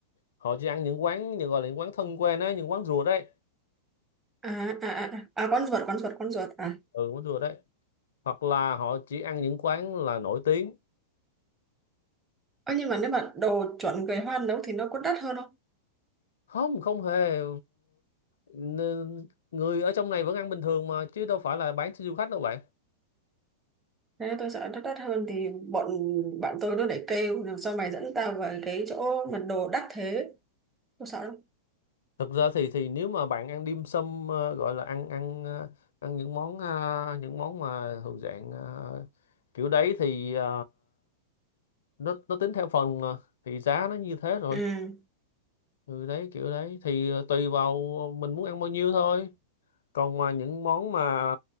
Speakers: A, on the left; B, on the right.
A: họ chỉ ăn những quán như gọi là những quán thân quen á những quán rùa đấy
B: à à à à à, con ruột con ruột con ruột à
A: ừ quán rùa đấy hoặc là họ chỉ ăn những quán là nổi tiếng
B: Ơ nhưng mà nếu mà đồ chuẩn người hoa nấu thì nó có đắt hơn không
A: không không hề N- người ở trong này vẫn ăn bình thường mà chứ đâu phải là bán cho du khách đâu bạn
B: Thế tôi sợ nó đắt hơn thì bọn bạn tôi nó lại kêu làm sao mày dẫn tao vào cái chỗ mà đồ đắt thế tôi sợ lắm
A: thực ra thì thì nếu mà bạn ăn dim sum ờ, gọi là ăn ăn ờ, ăn những món ờ, những món mà thuộc dạng ờ, kiểu đấy thì ờ, nó nó tính theo phần mà thì giá nó như thế rồi
B: ừ
A: ừ đấy kiểu đấy thì ờ, tùy vào mình muốn ăn bao nhiêu thôi còn mà những món mà